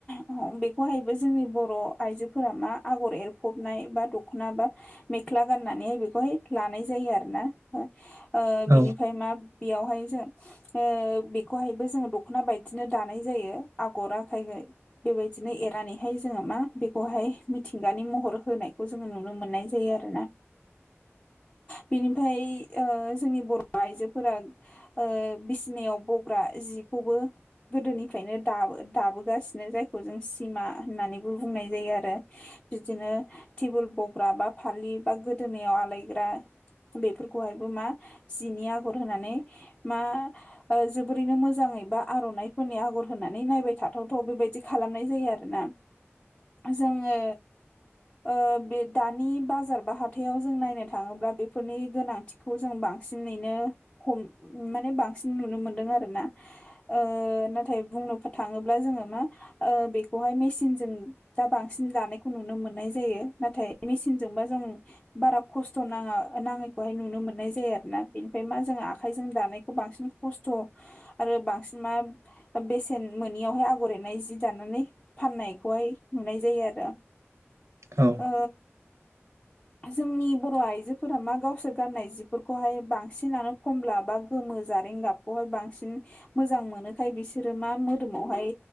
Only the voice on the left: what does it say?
औ बेखौहायबो जोंनि बर' आइजोफोरा मा आगर एरफबनाय बा दख'ना बा मेख्ला गाननानैहाय बेखौहाय लानाय जायो आरो ना ओ
बिनिफ्राय मा बेयावहाय जों ओ बेखौहायबो जोङो दख'ना बायदिनो दानाय जायो आगर आखायखो। बेबायदिनो एरनानैहाय जोङो मा बेखौहाय मिथिंगानि महर होनाय खौ जो नुनो मोननाय जायो आरोना बिनि फाय ओ जोंनि बर' आइजोफोरा ओ बिसिनायाव बग्रा जिखौबो गोदोनिफ्रायनो दाबो दाबोगासिनो जायखौ जों सिमा होननानैबो बुंनाय जायो आरो। बिदिनो टेबोल बग्रा बा फालि बा गोदोनायाव आलायग्रा बेफोरखौहायबो मा जिनि आगर होनानै मा ओ जोबोरैनो मोजाङै बा आर'नाइफोरनि आगर होनानै नायबाय थाथावथाव बेबायदि खालामनाय जायो आरो। ना जोङो ओ बे दानि बाजार बा हाथायाव जों नायनो थाङोब्ला बेफोरनि गोनांथि खौ जों बांसिनैनो हम माने बांसिन नुनो मोनदों आरो ना। ओ नाथाय बुंनो थाङोब्ला जोङो मा ओ बेखौहाय मेसिनजों दा बांसिन दानायखौ नुनो मोननाय जायो नाथाय मेसिनजोंबा जों बारा खस्थ' नाङा नाङैखौहाय नुनो मोननाय जायो आरोना बेनिफ्राय मा जोंहा आंखायजों दानायखौ बांसिन खस्थ' आरो बांसिन मा बेसेन मोनोनियावहाय आगर एरनाय जि दानानै फाननायखौहाय नुनाय जायो आरो।
ओ जोंनि बर' आइजोफोरा मा गावसोर गान्नाय जिफोरखौहाय बांसिनानो खमला बा गोमो जारें गाब खौहाय बांसिन मोजां मोनोखाय बिसोरो मा मोदोमावहाय